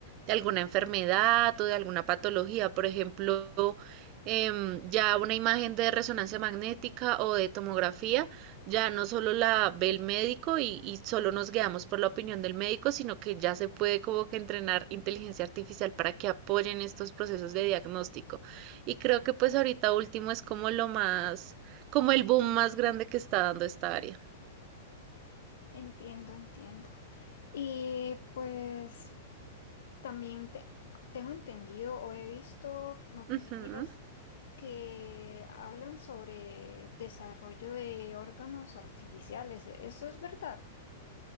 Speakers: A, on the right; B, on the left.
A: de alguna enfermedad o de alguna patología. Por ejemplo, em, ya una imagen de resonancia magnética o de tomografía ya no solo la ve el médico y, y solo nos guiamos por la opinión del médico, sino que ya se puede como que entrenar inteligencia artificial para que apoyen estos procesos de diagnóstico. Y creo que pues ahorita último es como lo más, como el boom más grande que está dando esta área.
B: Entiendo, entiendo. Y pues También te- tengo entendido o he visto noticias
A: Ujú.
B: que hablan sobre desarrollo de órganos artificiales. ¿e-, ¿Eso es verdad?